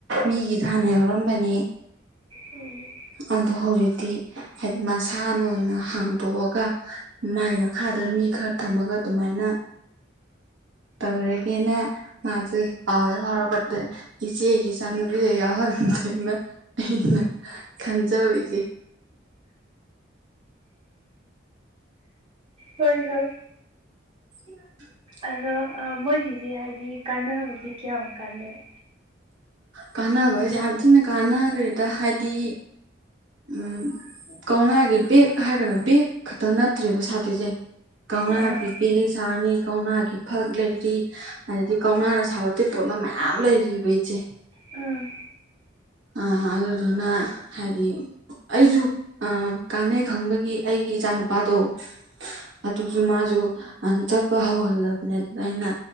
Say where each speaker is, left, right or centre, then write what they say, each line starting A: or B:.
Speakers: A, on the right (about 80°); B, on the right (about 25°).
A: ꯃꯤꯒꯤꯗ ꯍꯥꯟꯅ ꯌꯥꯎꯔꯝꯕꯅꯤ
B: ꯎꯝ
A: ꯑꯗꯣ ꯍꯧꯖꯤꯛꯇꯤ ꯍꯥꯏꯗꯤ ꯃꯁꯥꯅ ꯑꯣꯏꯅ ꯍꯥꯡꯇꯣꯛꯑꯒ ꯃꯥꯏ ꯃꯈꯥꯗ ꯃꯤ ꯈꯔ ꯊꯝꯃꯒ ꯑꯗꯨꯃꯥꯏꯅ ꯇꯧꯔꯒꯦꯅ ꯃꯥꯖꯦ ꯄꯥꯎ ꯍꯦꯛ ꯐꯥꯎꯔꯛꯄꯗ ꯏꯆꯦꯒꯤ ꯆꯥꯟꯅꯕꯤ ꯌꯥꯎꯁꯦꯅ ꯑꯩꯅ ꯈꯟꯖꯕꯩꯖꯦ
B: ꯍꯣꯏ ꯍꯣꯏ
A: <inaudible>
B: ꯑꯗꯣ ꯃꯣꯏꯒꯤꯁꯦ ꯍꯥꯏꯗꯤ ꯀꯥꯟꯅꯕꯗꯤ ꯀꯌꯥꯝ ꯀꯥꯟꯅꯩ
A: ꯀꯥꯟꯅꯕ ꯍꯥꯏꯁꯦ ꯌꯥꯝ ꯊꯤꯅ ꯀꯥꯟꯅꯈ꯭ꯔꯦꯗ ꯍꯥꯏꯗꯤ ꯎꯝ ꯀꯧꯅꯥꯒꯤ ꯕꯦꯛ ꯍꯥꯏꯔꯒꯅ ꯕꯦꯛ ꯈꯛꯇ ꯅꯠꯇ꯭ꯔꯦꯕ ꯁꯥꯗꯣꯏꯖꯦ ꯀꯧꯅꯥꯒꯤ
B: ꯑꯥ
A: ꯕꯦꯛꯑꯦꯛ ꯁꯥꯔꯅꯤ ꯀꯧꯅꯥꯒꯤ ꯐꯛ ꯂꯩꯔꯤ ꯑꯗꯗꯤ ꯀꯧꯅꯥꯅ ꯁꯥꯕ‌ ꯑꯇꯩ ꯄꯣꯠꯂꯝ ꯃꯌꯥꯝ ꯂꯩꯔꯤꯕ ꯏꯆꯦ
B: ꯎꯝ
A: ꯑ ꯑꯗꯨ ꯗꯨꯅꯥ ꯍꯥꯏꯗꯤ ꯑꯩꯖꯨ ꯀꯥꯟꯅꯩ ꯈꯪꯕꯒꯤ ꯑꯩꯒꯤ ꯏꯆꯥ ꯅꯨꯨꯄꯥꯗꯣ ꯑꯗꯨꯁꯨ ꯃꯥꯁꯨ ꯆꯠꯄ ꯍꯧꯍꯜꯂꯕꯅꯦ ꯑꯗꯨꯗ ꯑꯩꯅ